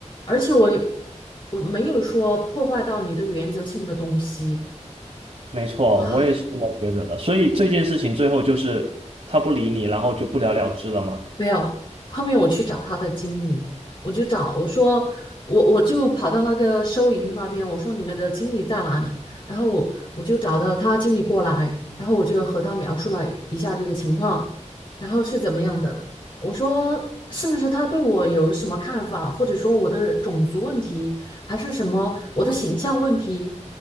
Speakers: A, on the left; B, on the right.
A: 而且我我没有说破坏到你的原则性的东西。
B: 没错，
A: 啊。
B: 我也是这么觉得的。所以这件事情最后就是他不理你，然后就不了了之了嘛。
A: 没有，后面我去找他的经理，我就找我说我我就跑到那个收银那边，我说你们的经理在哪里？然后我我就找到他经理过来，然后我就和他描述了一下这个情况，然后是怎么样的？我说是不是他对我有什么看法，或者说我的种族问题，还是什么我的形象问题，